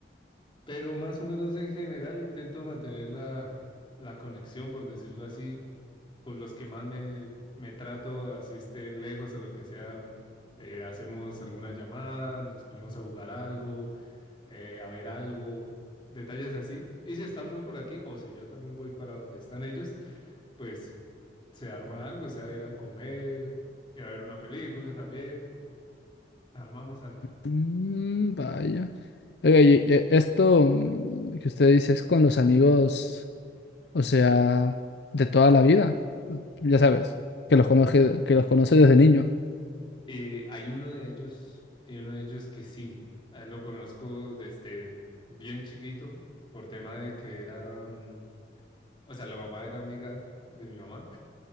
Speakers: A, on the left; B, on the left.
A: Pero más o menos en general intento mantener la, la conexión, por decirlo así con los que más me, me trato, así estén lejos o lo que sea, mm, eh, hacemos alguna llamada, nos ponemos a jugar algo, eh, a ver algo, detalles así. Y si estamos por aquí, o si yo también voy para donde están ellos, pues se arma algo, sea ir a comer, ir a ver una película <laughs> también, armamos algo.
B: Mm, vaya. Oiga, y, eh, esto mm, que usted dice es con los amigos, o sea, de toda la vida. Ya sabes, que los conoce, que los conoce desde niño.
A: Eh, hay uno de ellos, hay uno de ellos que sí, a él lo conozco desde bien chiquito, por tema de que era... mm, O sea, la mamá era amiga de mi mamá.